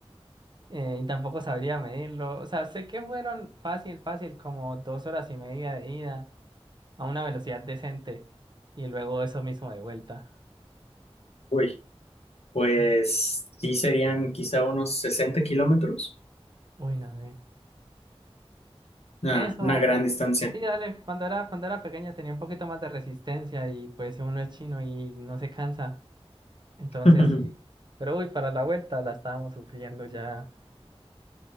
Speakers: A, on the right (about 45°); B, on the left (about 80°).
A: eh, y tampoco sabría medirlo. O sea, sé que fueron fácil, fácil, como dos horas y media de ida a una velocidad decente y luego eso mismo de vuelta.
B: Uy. Pues
A: Y-
B: sí serían quizá unos 60 kilómetros.
A: Uy, no sé.
B: Una,
A: Eso,
B: una gran
A: y-
B: distancia.
A: sí, dale, cuando era, cuando era pequeña tenía un poquito más de resistencia y pues uno es chino y no se cansa. Entonces
B: <laughs>
A: sí. Pero uy, para la vuelta la estábamos sufriendo ya.